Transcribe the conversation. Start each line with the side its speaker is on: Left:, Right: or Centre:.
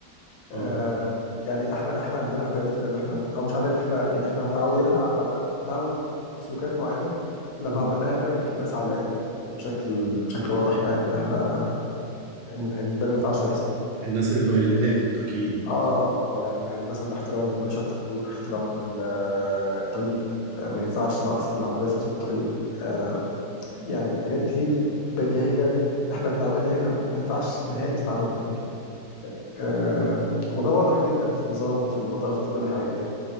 Left: آه
Right: أه أه
Left: يعني احنا احنا عندنا عادات كده اللي احنا او مش عادات احنا يعني احنا متعودين على, على نعمل سلوكات معينه لما
Right: أمم.
Left: عملناها هناك الناس علقت بشكل بشكل واضح يعني ان احنا ان ان ده ما ينفعش يحصل
Right: الناس اللي اللي هناك التركيين
Left: اه اه يعني يعني مثلا احترام اشاره المرور احترام ال- آه، الطريق آه، ما ينفعش نقف بالعربيه في وسط الطريق آه يعني حاجات كتير بديهيه احنا بنعملها هنا ما ما ينفعش نهائي تتعمل هناك آه وده واضح جدا في النظام وفي النظافه وفي كل حاجه يعني